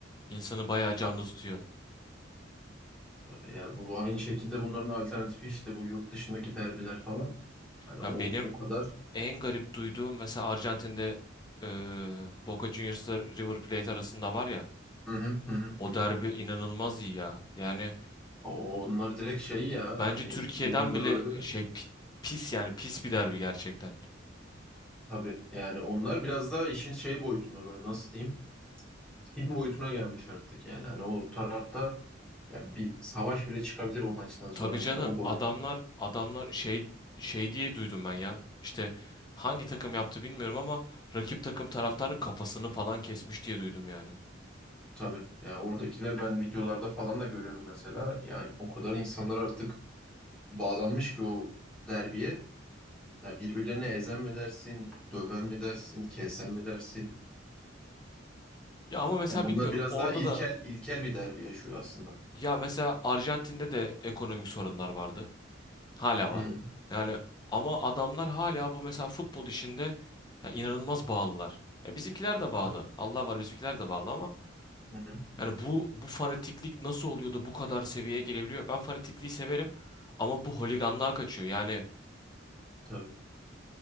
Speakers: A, on the left; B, in the centre.
A: insanı bayağı canlı
B: tabii
A: tutuyor.
B: tabii ya bu aynı şekilde bunların alternatifi işte bu yurt dışındaki derbiler falan. Hani
A: Ya
B: o
A: benim
B: o kadar
A: en garip duyduğum mesela Arjantin'de eee Boca Juniors'la River Plate arasında var ya.
B: Hı hı hı hı.
A: O
B: hı hı.
A: derbi inanılmaz iyi ya. Yani
B: O- Onlar direkt şey ya
A: bence
B: hani
A: Türkiye'den
B: tribünde
A: bile
B: böyle
A: şey pi- pis yani pis bir derbi gerçekten.
B: tabii yani onlar biraz daha işin şey boyutunda böyle nasıl diyeyim? film boyutuna gelmiş artık yani. Hani o tarafta ya bir savaş bile çıkabilir o maçtan sonra
A: Tabii canım
B: yani o boyut
A: adamlar adamlar şey şey diye duydum ben ya. İşte hangi takım yaptı bilmiyorum ama rakip takım taraftarın kafasını falan kesmiş diye duydum yani.
B: tabii. Ya oradakiler ben videolarda falan da görüyorum mesela. Yani o kadar insanlar artık bağlanmış ki o derbiye. Ya birbirlerine ezen mi dersin, döven mi dersin, kesen mi dersin?
A: Ya ama mesela
B: Yani onlar
A: bilmiyorum
B: biraz
A: orada
B: daha ilkel
A: da
B: ilkel bir derbi yaşıyor aslında.
A: ya mesela Arjantin'de de ekonomik sorunlar vardı. Hala var.
B: Hı hı.
A: Yani ama adamlar hala bu mesela futbol işinde ya inanılmaz bağlılar. Ya bizimkiler de bağlı.
B: Tabii.
A: Allah var bizimkiler de bağlı ama
B: Hı hı.
A: Yani bu bu fanatiklik nasıl oluyor da bu kadar seviyeye gelebiliyor? Ben fanatikliği severim ama bu holiganlığa kaçıyor. Yani
B: Tabii.